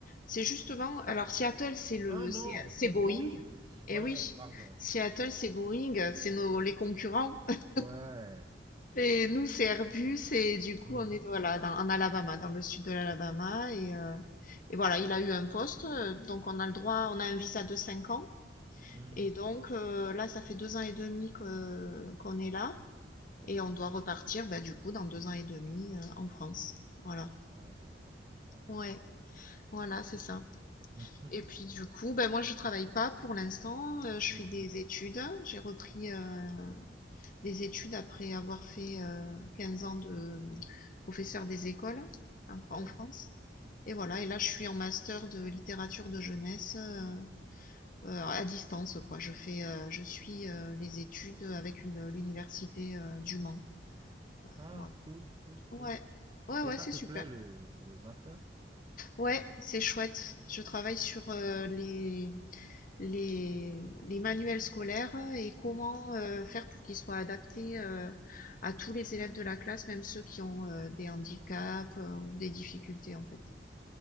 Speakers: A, on the left (about 50°); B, on the right (about 25°).
A: c'est justement. Alors Seattle, c'est le
B: Ah non,
A: c'est c'est
B: c'est
A: Boeing.
B: Boeing.
A: Eh
B: Ouais,
A: oui,
B: pardon.
A: Seattle, c'est Boeing, c'est nos les concurrents. <laughs>
B: Ouais.
A: Et nous, c'est Airbus. Et du coup,
B: Mhm.
A: on est voilà dans, en Alabama, dans le sud de l'Alabama. Et euh, et voilà, il a eu un poste, euh, donc on a le droit, on a un visa de 5 ans.
B: Mhm.
A: Et donc euh, là, ça fait deux ans et demi que qu'on est là,
B: Ouais.
A: et on doit repartir, bah du coup, dans deux ans et demi euh, en France. Voilà.
B: Ah, je vois, je vois.
A: Ouais, voilà, c'est ça.
B: Mhm.
A: Et puis du coup, ben moi je travaille pas pour l'instant, euh, je
B: Mhm.
A: fais des études. J'ai repris euh, des études après avoir fait euh, 15 ans de professeur des écoles en, Fran-
B: Oui.
A: en France. Et voilà, et là je suis en master de littérature de jeunesse euh, euh, à distance quoi. Je fais, euh, je suis euh, les études avec une l'université euh, du Mans.
B: Ah,
A: Voilà.
B: cool, cool,
A: Ouais,
B: cool.
A: ouais,
B: Et
A: ouais,
B: ça
A: c'est
B: te
A: super.
B: plaît le, le master?
A: Ouais, c'est chouette. Je travaille sur euh, les, les, les manuels scolaires et comment
B: Oui.
A: euh, faire pour qu'ils soient adaptés euh, à tous les élèves de la classe, même ceux qui ont euh, des handicaps euh, ou des difficultés en fait.